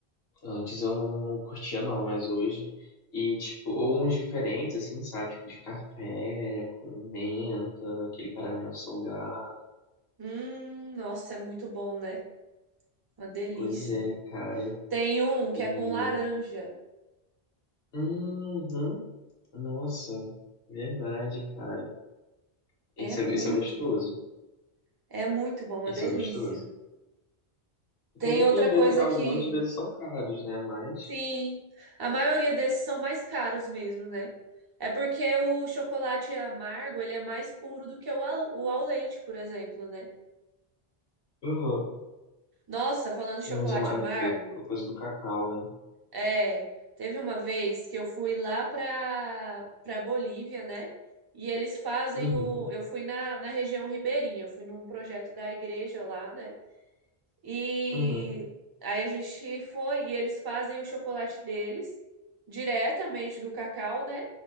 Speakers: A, on the left; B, on the right.
A: Antes eu não, não curtia não, mas hoje e tipo, ou uns diferentes assim, sabe, tipo de café com menta, aquele caramelo salgado.
B: Hum, nossa, é muito bom, né? Uma delícia.
A: Pois é, cara.
B: Tem um que
A: E
B: é com laranja.
A: uhum, nossa, verdade, cara.
B: É
A: Esse
B: muito
A: é, esse é gostoso.
B: bom. É muito bom, uma
A: Esse
B: delícia.
A: é gostoso.
B: Tem
A: Pena que
B: outra
A: às vezes
B: coisa
A: alguns
B: que
A: às vezes são caros, né? Mas
B: Sim, a maioria desses são mais caros mesmo, né? É porque o chocolate amargo, ele é mais puro do que o ao, o ao leite, por exemplo, né?
A: uhum.
B: Nossa, falando em chocolate
A: Não usa mais
B: amargo,
A: a co- coisa do cacau, né?
B: é, teve uma vez que eu fui lá pra, pra Bolívia, né? E eles fazem
A: Uhum,
B: o, eu fui na, na região ribeirinha, eu fui num projeto da igreja lá, né? E
A: uhum.
B: aí a gente foi e eles fazem o chocolate deles diretamente do cacau, né?